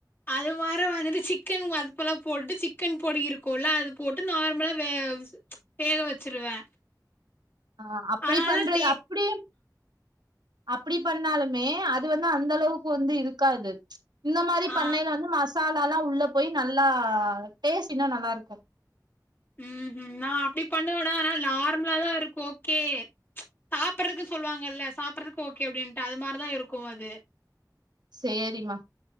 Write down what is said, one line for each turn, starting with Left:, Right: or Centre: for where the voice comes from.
Left: அது மாரி வந்துட்டு சிக்கன் அதுப்பலா போட்டுட்டு சிக்கன் பொடி இருக்கும்ல அது போட்டு நார்மலா வேவ்ஸ் வேக வச்சிருவே
Right: ஆ அப்படி
Left: அதனால
Right: பண்றது
Left: டே
Right: அப்டி அப்டி பண்ணாலுமே அது வந்து அந்த அளவுக்கு வந்து இருக்காது இந்த மாரி
Left: ஆ
Right: பண்ணையில வந்து மசாலா எல்லா உள்ள போய் நல்லா டேஸ்ட் இன்னு நல்லா இருக்கு
Left: ம்ஹு நா அப்டி பண்ணுவேனா ஆனா நார்மலா தா இருக்கு ஓகே சாப்பிடறக்கு சொல்லுவாங்கல்ல சாப்பறக்கு ஓகே அப்டின்னுட்டு அது மாரிதா இருக்கு அது
Right: சேரிமா